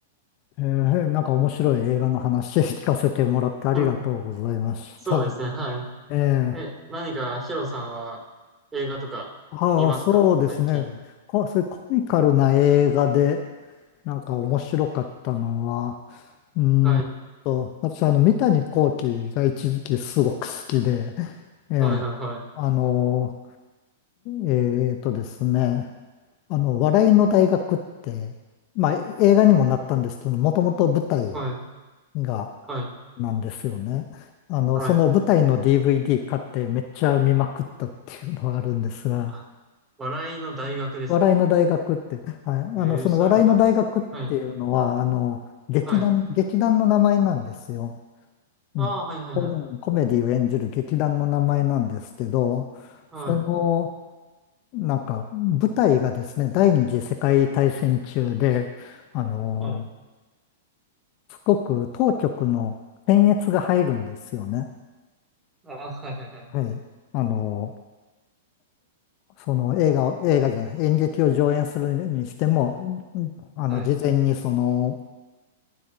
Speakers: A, on the left; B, on the right.
A: ええ、なんか面白い映画の話 <laughs> 聞かせてもらってありがとうございました。
B: うんそうですね。はい。
A: ええ、
B: え、何かヒロさんは映画とか見ますか最近。
A: ああ、そうですね。こそういうコミカルな映画で、なんか面白かったのは、うーん。
B: はい。
A: と、私、あの、三谷幸喜が一時期すごく好きで、ええ、
B: はいはいはい。
A: あの、えーとですね、あの、笑いの大学って、まあ、映画にもなったんですけど、もともと舞台
B: はい。
A: が、
B: はい。
A: なんですよね。あの、
B: はい。
A: その舞台の DVD 買ってめっちゃ見まくったっていうのはあるんですが、
B: あ、笑いの大学ですか
A: 笑いの大学って、はい、あの、
B: ええーそういうのがあるんですよ。
A: その笑いの大学っていうのは、
B: はい。
A: あの、劇団、
B: はい。
A: 劇団の名前なんですよ。
B: ああ、
A: うん。
B: はいはいはい。
A: コうんコメディを演じる劇団の名前なんですけど、
B: はい。
A: その、なんか、舞台がですね、第二次世界大戦中で、あの、
B: はい。
A: すごく当局の検閲が入るんですよね。
B: ああ、はいはいはい。
A: はい。あの、その映画を、映画じゃない、演劇を上演するにしても、うんあの、
B: はい。
A: 事前にその、